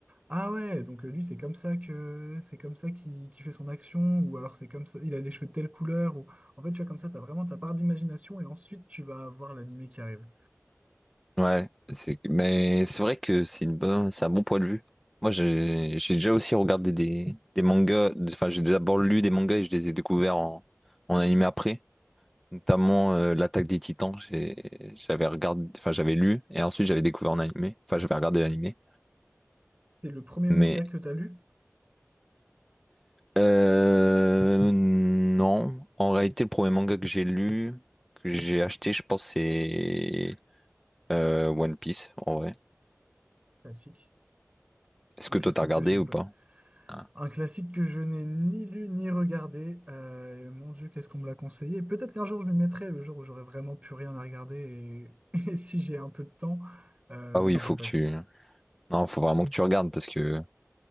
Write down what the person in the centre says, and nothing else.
Ouais, c'est mais c'est vrai que c'est une bonne, c'est un bon point de vue. Moi, j'ai j'ai déjà aussi regardé des, des mangas, enfin, j'ai d'abord lu des mangas et je les ai découverts en, en animé après. Notamment euh, l'attaque des Titans, j'ai- j'avais regardé, enfin j'avais lu et ensuite j'avais découvert en animé, enfin j'avais regardé l'animé.
Mais
euh, non, en réalité le premier manga que j'ai lu, que j'ai acheté, je pense c'est euh, One Piece en vrai.
Est-ce que
toi t'as regardé
ou
pas? Ah
Ah
oui,
il faut
que tu,
non, faut vraiment que tu regardes parce que